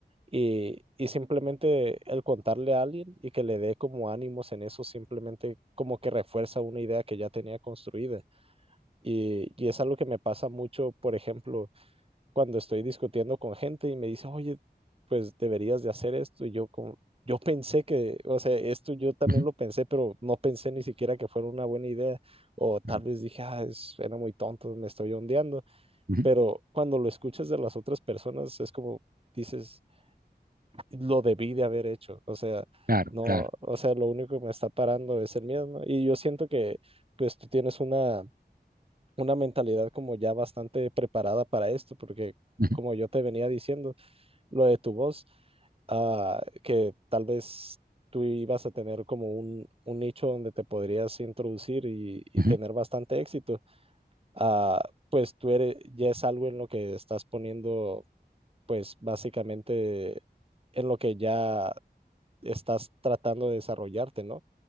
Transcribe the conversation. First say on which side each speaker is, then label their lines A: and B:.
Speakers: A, on the right; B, on the right.
A: Y, y simplemente el contarle a alguien y que le dé como ánimos en eso, simplemente como que refuerza una idea que ya tenía construida. Y, y es algo que me pasa mucho, por ejemplo, cuando estoy discutiendo con gente y me dice, oye, pues deberías de hacer esto. Y yo como, yo pensé que, o sea, esto yo también
B: ujú,
A: lo pensé, pero no pensé ni siquiera que fuera una buena idea. O tal
B: claro,
A: vez dije, ah, es, era muy tonto, me estoy ondeando.
B: ujú,
A: Pero cuando lo escuchas de las otras personas, es como dices, lo debí de haber hecho. O sea,
B: claro,
A: no,
B: claro,
A: o sea, lo único que me está parando es el miedo, ¿no? Y yo siento que, pues, tú tienes una, una mentalidad como ya bastante preparada para esto, porque
B: ujú,
A: como yo te venía diciendo, lo de tu voz, ah, que tal vez tú ibas a tener como un, un nicho donde te podrías introducir y, y
B: ujú,
A: tener bastante éxito, ah, pues tú eres, ya es algo en lo que estás poniendo, pues básicamente en lo que ya estás tratando de desarrollarte, ¿no?